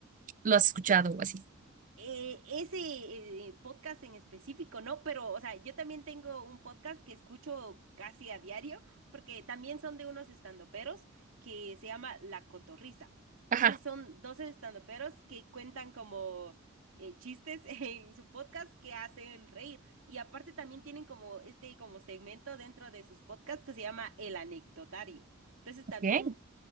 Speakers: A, on the right (about 40°); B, on the right (about 70°).
A: lo has escuchado o así.
B: eh, ese eh, podcast en específico, ¿no? Pero, o sea, yo también tengo un podcast que escucho casi a diario, porque también son de unos estandoperos que se llama La Cotorrisa.
A: Ajá.
B: Entonces son 12 estandoperos que cuentan como eh, chistes <laughs> en su podcast que hacen reír. Y aparte también tienen como este como segmento dentro de sus podcasts que se llama El Anecdotario. Entonces
A: Ok.
B: también